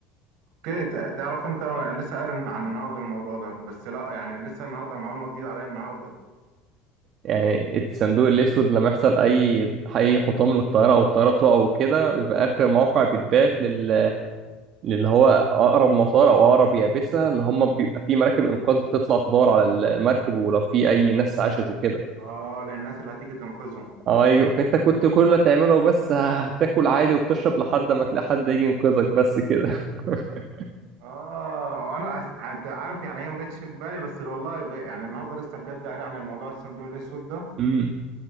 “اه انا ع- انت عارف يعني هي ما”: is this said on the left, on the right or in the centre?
Right